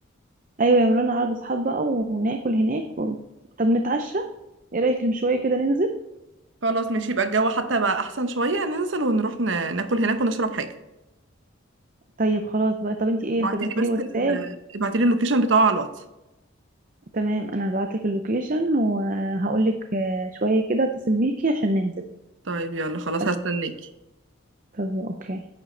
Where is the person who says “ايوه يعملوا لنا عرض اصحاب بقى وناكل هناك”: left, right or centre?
Right